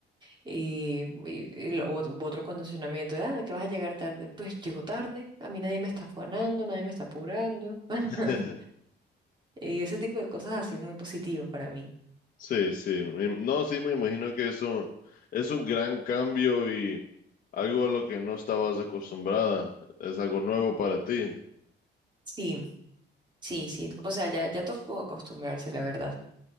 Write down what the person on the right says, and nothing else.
Y, y- y lo- o- u otro condicionamiento de, ah, que vas a llegar tarde. Pues llego tarde, a mí nadie me está afanando, nadie me está apurando. <laughs>
Y ese tipo de cosas ha sido muy positivo para mí.
Sí, sí, sí. O sea, ya, ya tocó acostumbrarse, la verdad.